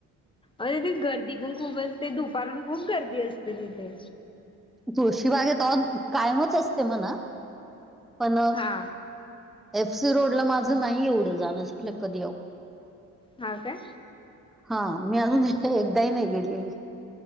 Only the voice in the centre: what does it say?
तुळशीबाग आहे त कायमच असते म्हणा. पण
एफ सी रोड ला माझं नाही एवढं जाणं झालं कधी अव.
हा मी अजून
एकदाही नाही गेले.